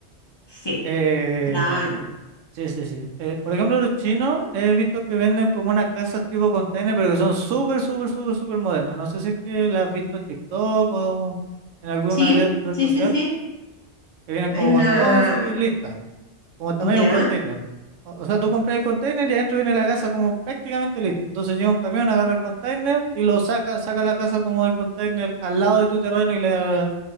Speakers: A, on the left; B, on the right.
A: sí,
B: Eh,
A: claro.
B: sí, sí, sí. Eh, por ejemplo, los chinos he visto que venden como unas casas tipo container, pero que son súper, súper, súper, súper modernas. No sé si es que las has visto en TikTok o en alguna
A: Sí,
B: red, red
A: sí,
B: social,
A: sí, sí.
B: que vienen
A: Hay
B: como
A: una,
B: con todo así listas como tamaño
A: ya,
B: de un container. O, o sea, tú compras el container y adentro viene la casa como prácticamente listo. Entonces llega un camión, agarra el container y lo saca, saca la casa como del container al lado de tu terreno y la,